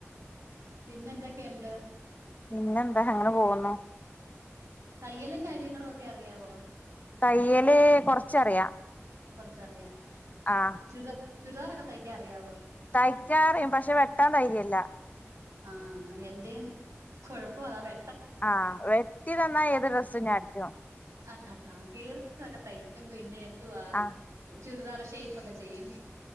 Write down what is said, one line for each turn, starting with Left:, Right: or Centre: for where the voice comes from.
Right: പിന്നെ എന്തൊക്കെയുണ്ട്?
Left: പിന്നെന്താ അങ്ങനെ പോകുന്നു
Right: തയ്യലും കാര്യങ്ങളും ഒക്കെ അറിയാവോ?
Left: തയ്യല് കൊറച്ചറിയാം
Right: കൊറച്ചറിയാം
Left: ആ
Right: ചുരിദാ ചുരിദാറൊക്കെ തയ്ക്കാൻ അറിയാവോ?
Left: തയ്ക്കാറിയും പക്ഷെ വെട്ടാ ധൈര്യല്ല.
Right: ആഹ് എന്റെയും കുഴപ്പം അതാ വ
Left: ആഹ് വെട്ടി തന്നാ ഏത് ഡ്രസും ഞാ അടിക്കും
Right: ആഹ് കീറിയതൊക്കെ തയ്ക്കും പിന്നെ എന്തുവാ?
Left: ആ
Right: ചുരിദാറ് ഷേയ്പ്പൊക്കെ ചെയ്യും